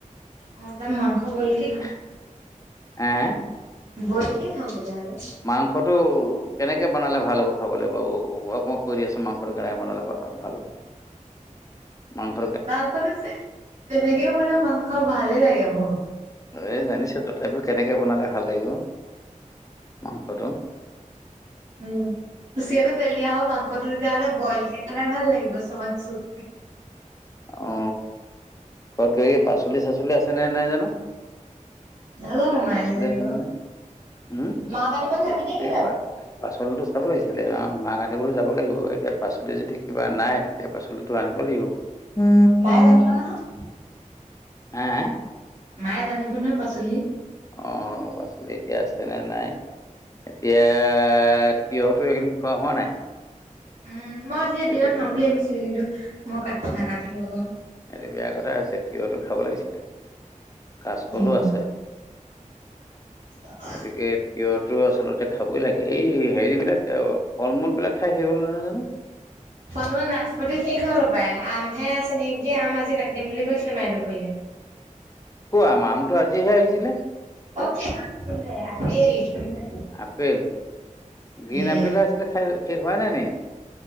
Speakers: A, on the right; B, on the left.
A: মই ত মাংস, বয়েল কে খাম।
B: <inaudible> আহ,
A: বইলকে খাম তেতিয়া হ'লে।
B: মাংসটো কেনেকে বনালে ভাল হ'ব খাবলে বাৰু <unintelligible> কৈ দিয়াছোন মাংসটো কেনেকে বনালে ভাল হ'ব? মাংস
A: মাংসটো যে যেনেকে বনাই মাংস ভালে লাগে মোক।
B: এই জানিছোঁ তথাপিও কেনেকে বনালে ভাল লাগিব? মাংসটো
A: উম, কুচিয়াটো তেল দিয়া হ'ব মাংসটো তেতিয়া হ'লে বয়লকে খালে ভাল লাগিব চমান চুপ।
B: অ, তাকেয়ে পাচলি -চাচলি আছে নে নাই জানো?
A: নাজানো
B: তাত
A: মায়েহে
B: পাচলি
A: জানিব
B: আছে নে নাই উম,
A: মাক আনিবলৈ যাবি নে কি
B: এই
A: তই
B: পাচলি টো চাব লাগিছিলে অ, মাক আনিবলৈ যাব লাগিব এতিয়া পাচলি যদি কিবা নাই। সে পাচলিটো আনিব লাগিব <unintelligible>
A: মায়ে জানিব নহয়। মায়ে জানিব নহয় পাচলি।
B: অ, পাচলি এতিয়া আছে নে নাই? এতিয়া তিঁয়হতো এইকেইদিন খোৱা হোৱা নাই?
A: উম, মই আজি দিনত
B: এইটো কিন্তু
A: খাম বুলি
B: বেয়া
A: ভাবিছিলোঁ কিন্তু মই কাট
B: অ'
A: নাকাটিলো আকৌ।
B: এইটো বেয়া কথা হৈছে তিয়হটো খাব লাগিছিলে কাচকলো
A: উম।
B: আছে।
A: <unintelligible>
B: গতিকে তিঁয়হটো আচলতে খাবই লাগে এই হেৰিবিলাক ফল-মূল বিলাক খাই শেষ হ'ল নহয় জানো?
A: ফল- মূল নাচপতি শেষ হল হপায় আমহে আছে নেকি আম আজি কাটি দিম বুলি কৈছিলে মাই দুপৰীয়া।
B: কো আম আমটো আজিহে আহিছিলে।
A: অকে আমটো লৈ আহ আপেল <unintelligible>
B: আপেল গ্ৰীণ
A: উম
B: আপেলহে আছিলে খাই শেষ হোৱা নাই নি?